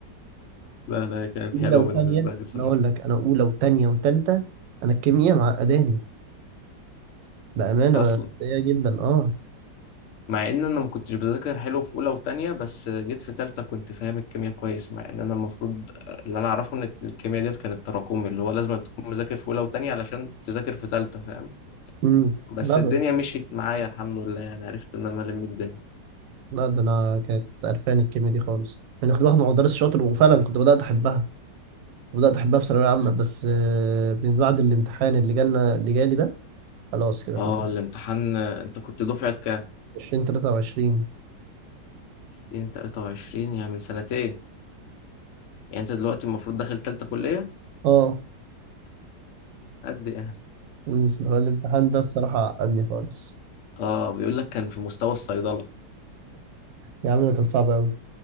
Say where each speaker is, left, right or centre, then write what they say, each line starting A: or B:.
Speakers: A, on the left; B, on the right.
A: لا لا كانت
B: اولى
A: حلوة
B: وثانيه
A: بالنسبة لي بصراحة
B: انا اقول لك انا اولى وثانيه وثالثه انا الكيمياء معقداني بامانه
A: اصلا
B: سيئه جدا اه
A: مع ان انا ما كنتش بذاكر حلو في اولى وتانية بس جيت في تالتة كنت فاهم الكيمياء كويس مع ان انا المفروض اللي انا اعرفه ان الكيمياء ديت كانت تراكمي اللي هو لازم تكون مذاكر في اولى وتانية علشان تذاكر في تالتة فاهم
B: امم
A: بس
B: لا
A: الدنيا
B: ب-
A: مشيت معايا الحمد لله يعني عرفت ان انا الم الدنيا
B: لا ده انا كانت قرفاني الكيمياء دي خالص انا كنت باخد مع مدرس شاطر وفعلا كنت بدات احبها بدات احبها في ثانويه عامه
A: مم.
B: بس آه، من بعد الامتحان اللي جالنا اللي جالي ده خلاص كده
A: اه
B: قفلت
A: الامتحان انت كنت دفعة كام
B: 20 23
A: 2023 يعني من سنتين يعني انت دلوقتي المفروض داخل تالتة كلية
B: اه
A: قد يعني
B: اللي هو الامتحان ده الصراحة عقدني خالص
A: اه بيقول لك كان في مستوى الصيدلة
B: يا عم ده كان صعب أوي